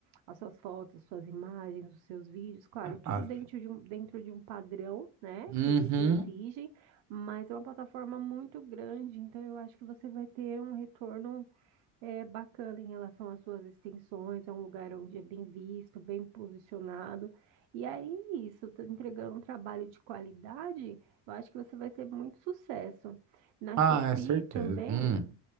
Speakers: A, on the right; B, on the right.
A: as suas fotos, as suas imagens, os seus vídeos. Claro, tudo
B: Ah,
A: dentro de um, dentro de um padrão, né?
B: uhum.
A: Que eles exigem, mas é uma plataforma muito grande. Então, eu acho que você vai ter um retorno é bacana em relação às suas extensões, é um lugar onde é bem visto, bem posicionado. E aí, isso, tá entregando um trabalho de qualidade, eu acho que você vai ter muito sucesso. Na
B: Ah,
A: Shopee
B: é certeza.
A: também,
B: Hum,